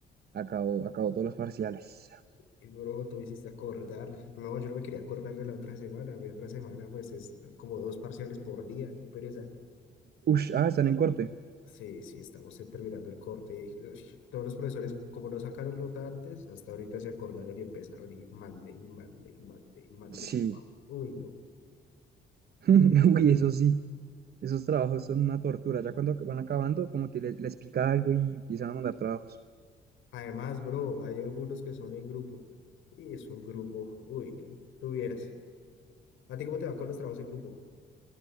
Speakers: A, on the right (about 55°); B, on the left (about 80°).
A: Acabo, acabo todos los parciales.
B: Y bro, tú me hiciste acordar. No, yo no me quería acordar de la otra semana. Mi otra semana, pues, es como dos parciales por día. Qué pereza.
A: Ush, ah, están en corte.
B: Sí, sí, estamos terminando el corte. y, uy, todos los profesores, como no sacaron nota antes, hasta ahorita se acordaron y empezaron y mande, y mande, y mande, y mande
A: Sí.
B: trabajo. Uy, no,
A: <laughs>
B: uy, no.
A: Uy, eso sí, esos trabajos son una tortura. Ya cuando van acabando, como que le- les, pica algo y empiezan a mandar trabajos.
B: Además, bro, hay algunos que son en grupo. Y es un grupo, uy, no. Tuvieras. ¿A ti cómo te va con los trabajos en grupo?